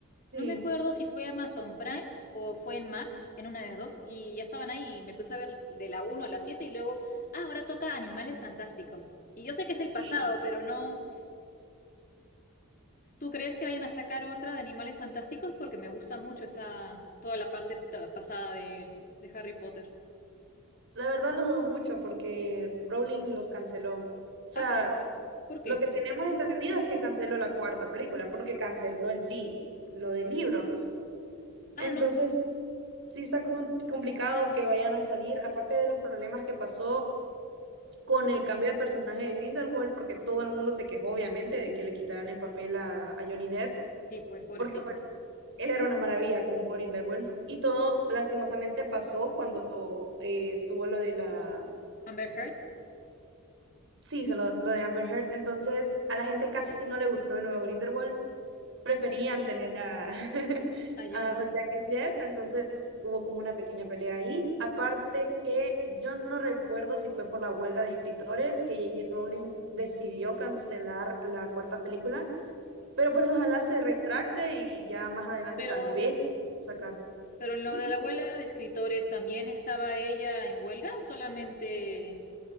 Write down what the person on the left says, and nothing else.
No me acuerdo si fue Amazon Prime o fue en Max, en una de las dos, y ya estaban ahí y me puse a ver de la 1 a la 7 y luego, ah, ahora toca Animales Fantásticos. Y yo sé que es el
pasado, pero no. ¿Tú crees que vayan a sacar otra de Animales Fantásticos? Porque me gusta mucho esa, toda la parte pa- pasada de, de Harry Potter.
Ah, canceló. ¿Por qué?
Ah,
no.
Sí, pues pobrecito.
Amber Heard,
a Johnny.
Pero,
pero en lo
de la abuela de escritores, ¿también estaba ella en huelga o solamente